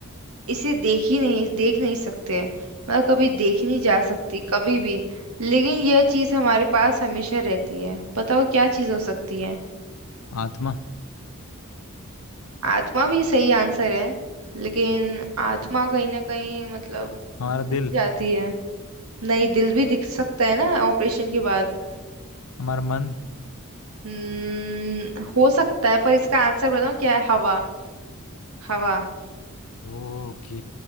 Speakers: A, on the right; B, on the left.
A: इसे देख ही नहीं देख नहीं सकते मतलब कभी देखी नहीं जा सकती कभी भी लेकिन यह चीज हमारे पास हमेशा रहती है बताओ क्या चीज हो सकती है
B: आत्मा
A: आत्मा भी सही आंसर है लेकिन आत्मा कहीं ना कहीं मतलब
B: हमारा
A: दिख
B: दिल
A: जाती है नहीं दिल भी दिख सकता है ना ऑपरेशन के बाद
B: हमारा मन
A: हम्म हो सकता है पर इसका आंसर बताऊं क्या है हवा हवा
B: ओके